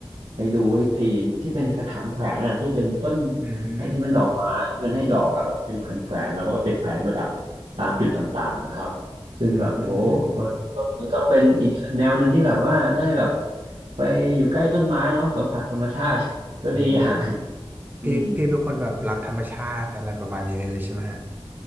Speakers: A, on the right (about 75°); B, on the right (about 20°).
A: ไปดูไอ้ไอ้ที่เป็นกระถางแขวนอ่ะที่เป็นต้น
B: อืม
A: ให้ที่เป็นดอกไม้ที่มันให้ดอกอ่ะแบบเป็นแขวนแขวนแล้วก็ไปแขวนประดับตามจุดต่างๆนะครับซึ่งแบบโอ้ก็ก็มันก็เป็นอีกแนวหนึ่งที่แบบว่าได้แบบ
B: อืม
A: ไปอยู่ใกล้ต้นไม้เนาะสัมผัสธรรมชาติ <laughs> ก็ดีอย่าง
B: อืม
A: อืม
B: พี่พี่เป็นคนแบบรักธรรมชาติอะไรประมาณนี้เลยเลยใช่ไหมฮะ